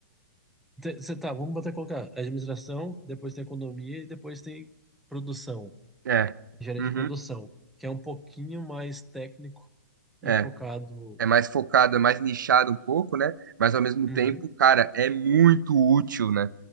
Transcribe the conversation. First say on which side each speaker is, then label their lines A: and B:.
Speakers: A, in the centre; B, on the right (about 85°).
A: Você tá, vamos botar colocar administração, depois tem economia e depois tem produção.
B: É.
A: engenharia
B: Uhum,
A: de produção, que é um pouquinho mais técnico e
B: é.
A: focado.
B: é mais focado, é mais nichado um pouco, né? Mas ao mesmo
A: Uhum,
B: tempo, cara, é muito útil, né?